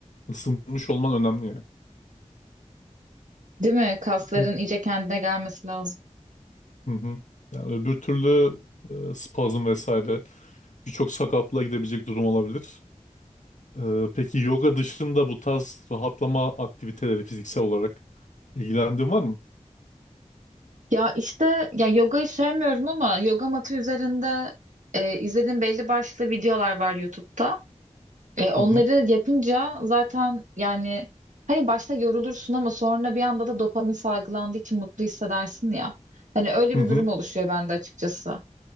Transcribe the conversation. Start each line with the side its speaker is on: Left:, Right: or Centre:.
Left: ısınmış olman önemli yani.
Right: Değil mi? Kasların
Left: Ö-
Right: iyice kendine gelmesi lazım.
Left: Hı hı. Yani öbür türlü e, spazm vesaire birçok sakatlığa gidebilecek durum olabilir. E, peki yoga dışında bu tarz rahatlama aktiviteleri fiziksel olarak ilgilendiğin var mı?
Right: Ya işte ya yogayı sevmiyorum ama yoga matı üzerinde e, izlediğim belli başlı videolar var YouTube'da. E, onları
Left: Hı hı.
Right: yapınca zaten yani hani başta yorulursun ama sonra bir anda da dopamin salgılandığı için mutlu hissedersin ya. Hani öyle
Left: Hı
Right: bir
Left: hı.
Right: durum oluşuyor bende açıkçası.